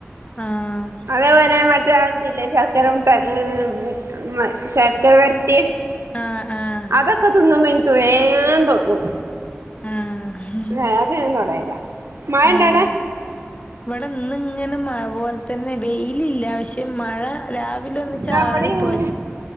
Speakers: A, on the left; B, on the right.
A: ആഹ്
B: അതേപോലെ മറ്റേ അതില്ലേ ശർക്കര മുട്ടായി ഉം ശർക്കര വരട്ടി
A: ആഹ് ആഹ്
B: അതൊക്കെ തിന്നുമ്പോ എനിക്ക് വേഗം തൊട്ങ്ങും
A: ആഹ്
B: <unintelligible> <unintelligible> തുടയില മഴ
A: ആഹ്
B: ഉണ്ടോ അവിടെ
A: ഇവിടെ ഇന്ന് ഇങ്ങനെ മഴ പോലെ തന്നെ വെയിലില്ല പക്ഷെ മഴ രാവിലെ ഒന്ന് ചാറി
B: ദാ ഇവിടെയും
A: പോയി